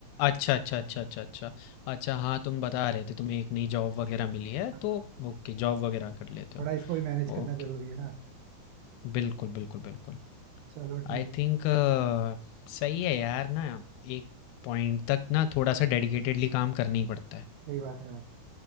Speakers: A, on the left (about 85°); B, on the right (about 80°).
A: अच्छा अच्छा अच्छा अच्छा अच्छा अच्छा हाँ तुम बता रहे थे तुम्हें एक नई जॉब वगैरह मिली है
B: हाँ,
A: तो ओके जॉब वगैरह कर लेते
B: थोड़ा
A: हो
B: इसको भी मैनेज करना
A: ओके
B: जरूरी है ना
A: बिल्कुल बिल्कुल बिल्कुल
B: चलो ठीक
A: आई थिंक सही है यार ना एक पॉइंट तक ना थोड़ा सा डेडिकेटेडली काम करना ही पड़ता है
B: सही बात है यार